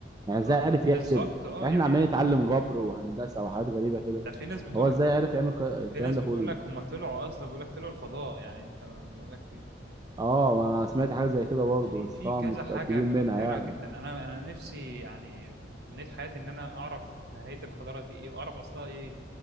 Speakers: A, on the right; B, on the right.
A: يعني
B: آه،
A: ازاي عرف يحسب
B: بالظبط اه
A: احنا
B: يعني
A: عمالين نتعلم جبر وهندسه وحاجات غريبه كده
B: ده في ناس بتقول
A: هو
B: لك
A: ازاي عرف يعمل ك- الكلام
B: في ناس
A: ده
B: بتقول
A: كله
B: لك هم طلعوا اصلا بيقول لك طلعوا الفضاء يعني انت بيقول لك
A: اه ما انا سمعت حاجه زي كده برضه
B: في
A: بس
B: في
A: طبعا
B: كذا
A: مش
B: حاجة
A: متاكدين
B: مبهرة
A: منها يعني.
B: جدا أنا أنا نفسي يعني من حياتي إن أنا أعرف نهاية الحضارة دي إيه وأعرف أصلها إيه